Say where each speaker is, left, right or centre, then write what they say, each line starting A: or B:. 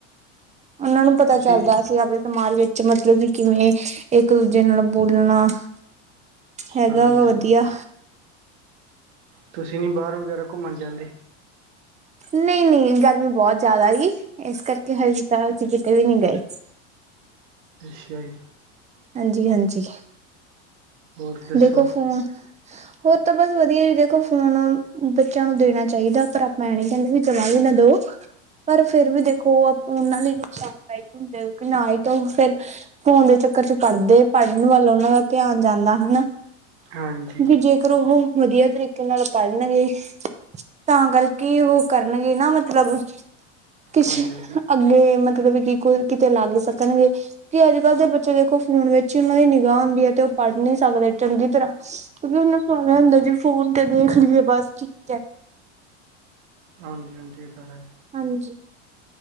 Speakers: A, on the right (about 20°); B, on the right (about 65°).
A: ਉਹਨਾਂ ਨੂੰ ਪਤਾ
B: ਤੁਸੀਂ
A: ਚੱਲਦਾ ਅਸੀਂ ਆਪਦੇ ਸਮਾਜ ਵਿੱਚ ਮਤਲਬ ਕਿ ਕਿਵੇਂ ਇੱਕ-ਦੂਜੇ ਨਾਲ ਬੋਲਣਾ ਹੈਗਾ
B: ਹਾਂਜੀ
A: ਗਾ
B: ਹਾਂਜੀ
A: ਵਧੀਆ‌।
B: ਤੁਸੀਂ ਨੀ ਬਾਹਰ ਵਗੈਰਾ ਘੁੰਮਣ ਜਾਂਦੇ?
A: ਨਈ-ਨਈ ਗਰਮੀ ਬਹੁਤ ਜ਼ਿਆਦਾ ਗੀ ਇਸ ਕਰਕੇ ਹਜੇ ਤਾਂ ਅਸੀਂ ਕਿਤੇ ਵੀ ਨੀ ਗਏ।
B: ਅੱਛਾ ਜੀ।
A: ਹਾਂਜੀ-ਹਾਂਜੀ।
B: ਹੋਰ ਦੱਸੋ
A: ਦੇਖੋ ਫੋਨ ਹੋਰ ਤਾਂ ਬਸ ਵਧੀਆ ਜੀ ਦੇਖੋ ਫੋਨ ਬੱਚਿਆਂ ਨੂੰ ਦੇਣਾ ਚਾਈਦਾ ਪਰ ਆਪਾਂ ਐ ਨੀ ਕਹਿੰਦੇ ਵੀ ਜਮਾ ਵੀ ਨਾ ਦੋ ਪਰ ਫੇਰ ਵੀ ਦੇਖੋ ਆਪ ਉਹਨਾਂ ਲਈ ਨੁਕਸਾਨਦਾਇਕ ਹੁੰਦੇ ਆ ਕਿਉਂਕਿ ਨਾ ਈ ਕਿਉ ਫੇਰ ਫੋਨ ਦੇ ਚੱਕਰ 'ਚ ਪੜ੍ਹਦੇ-ਪੜ੍ਹਨ ਵੱਲ ਉਹਨਾਂ ਦਾ ਧਿਆਨ ਜਾਂਦਾ। ਹਨਾ।
B: ਹਾਂਜੀ
A: ਵੀ ਜੇਕਰ ਉਵੇ ਵੀ ਵਧੀਆ ਤਰੀ ਕੇ ਨਾਲ ਪੜ੍ਹਨਗੇ, ਤਾਂ ਕਰਕੇ ਉਹ ਕਰਨਗੇ ਨਾ ਮਤਲਬ ਕਿਸੀ,
B: ਹਾਂਜੀ ਹਾਂਜੀ
A: ਅੱਗੇ ਮਤਲਬ ਕਿ ਕੋਈ ਕਿਤੇ ਲੱਗ ਸਕਣਗੇ। ਕਿ ਅੱਜ-ਕੱਲ੍ਹ ਦੇ ਬੱਚੇ ਦੇਖੋ ਫੋਨ ਵਿੱਚ ਈ ਉਹਨਾਂ ਦੀ ਨਿਗਾਹ ਹੁੰਦੀ ਐ, 'ਤੇ ਉਹ ਪੜ੍ਹ ਨੀ ਸਕਦੇ ਚੰਗੀ ਤਰ੍ਹਾਂ, ਕਿਉਂਕਿ ਉਹਨੂੰ ਸੁਣ ਹੁੰਦਾ ਜੀ ਫੋਨ ਤੇ ਦੇਖ ਲਈਏ ਬਸ ਠੀਕ ਐ।
B: ਹਾਂਜੀ-ਹਾਂਜੀ, ਇਹ ਤਾਂ ਹੈ।
A: ਹਾਂਜੀ।